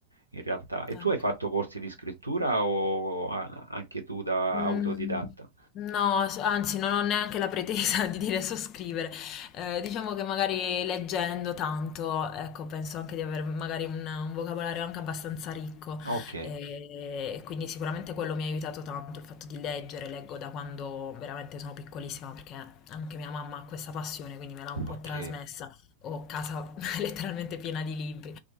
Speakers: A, on the right; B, on the left.
A: in realtà. E
B: Ecco.
A: tu hai fatto corsi di scrittura o a- anche tu da
B: Mm,
A: autodidatta?
B: No, s- anzi, non ho neanche la pretesa <laughs> di dire so scrivere. Eh, diciamo che magari leggendo tanto, ecco, penso anche di avere magari un, un vocabolario anche abbastanza ricco.
A: Ok,
B: eh, E, quindi sicuramente quello mi ha aiutato tanto, il fatto di leggere, leggo da quando veramente sono piccolissima, perché anche mia mamma ha questa passione, quindi me l'ha un po'
A: ok.
B: trasmessa. Ho casa <laughs> letteralmente piena di libri.